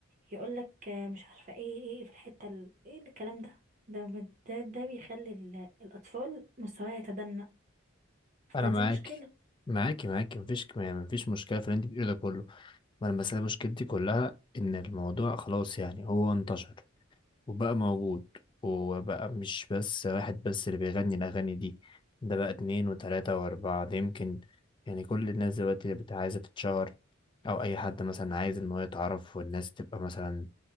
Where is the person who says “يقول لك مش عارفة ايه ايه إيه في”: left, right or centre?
Right